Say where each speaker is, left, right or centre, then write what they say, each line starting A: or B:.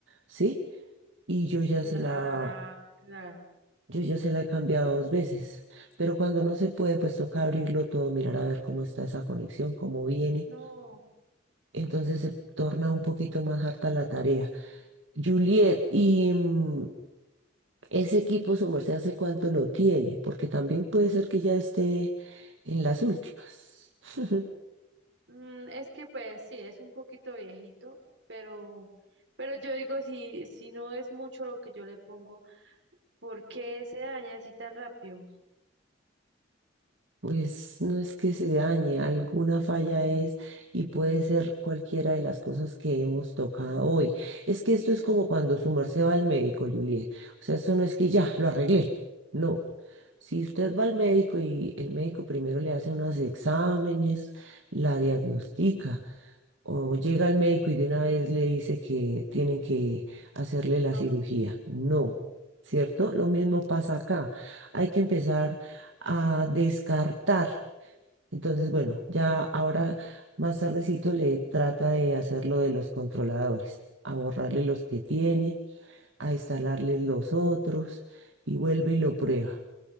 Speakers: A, on the right; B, on the right.
A: ¿sí? Y yo ya
B: Cla-
A: se la
B: Ah, claro.
A: Yo ya se la he cambiado dos veces, pero cuando no se puede, pues toca abrirlo todo, mirar a ver cómo está esa conexión, cómo viene.
B: No,
A: Entonces se torna un poquito más harta la tarea. Juliet, ¿y mm, ese equipo su merced hace cuánto lo tiene? Porque también puede ser que ya esté en las últimas. <laughs>
B: mm, es que pues sí, es un poquito viejito, pero, pero yo digo, si, si no es mucho lo que yo le pongo, ¿Por qué se daña así tan rápido?
A: Pues no es que se dañe, alguna falla es y puede ser cualquiera de las cosas que hemos tocado hoy. Es que esto es como cuando su merced va al médico, Juliet. O sea, esto no es que ya lo arreglé. No. Si usted va al médico y el médico primero le hace unos exámenes, la diagnostica, o llega al médico y de una vez le dice que tienen que hacerle
B: No,
A: la cirugía. No. ¿Cierto? Lo mismo pasa acá. Hay que empezar a descartar. Entonces, bueno, ya ahora más tardecito le trata de hacer lo de los controladores, a borrarle los que tiene, a instalarles los otros y vuelve y lo prueba.